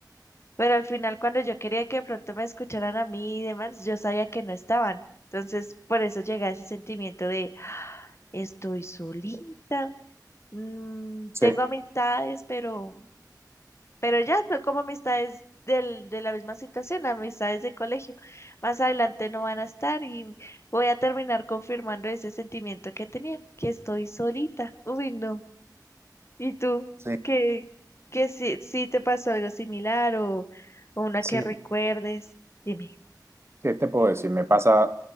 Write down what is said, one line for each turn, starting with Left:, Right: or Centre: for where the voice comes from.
Left: Pero al final, cuando yo quería que de pronto me escucharan a mí y demás, yo sabía que no estaban. Entonces, por eso llega ese sentimiento de, "Ah, estoy solita, mm,
Right: sí,
Left: tengo amistades, pero, pero ya son como amistades del, de la misma situación, amistades de colegio. Más adelante no van a estar y voy a terminar confirmando ese sentimiento que tenía, que estoy solita. Uy, no. ¿Y tú?
Right: sí,
Left: ¿Qué, qué si, si te pasó algo similar o, o una
Right: sí.
Left: que recuerdes? Dime.
Right: ¿Qué te puedo decir? Me pasa